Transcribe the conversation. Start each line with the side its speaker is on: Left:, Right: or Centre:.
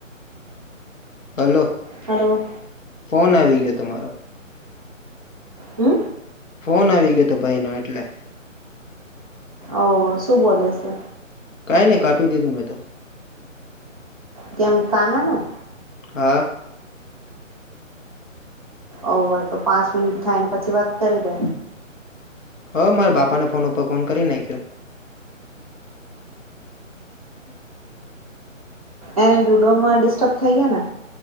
Left: હલો
Right: હેલો
Left: ફોન આવી ગયો તમારો
Right: હુ
Left: ફોન આવી ગયો હતો ભાઈ નો એટલે
Right: ઓ શું બોલે છે.
Left: કઈ નહી કાપી દીધું મેં તો
Right: કેમ કાનાનું
Left: હા
Right: ઓ તો પાંચ મિનિટ થાયને પછી વાત કરી દે
Left: હ મારા બાપાને ફોન ઉપર ફોન કરી નાખ્યો
Right: એને લુડોમાં ડિસ્ટર્બ થઈ ગયા ને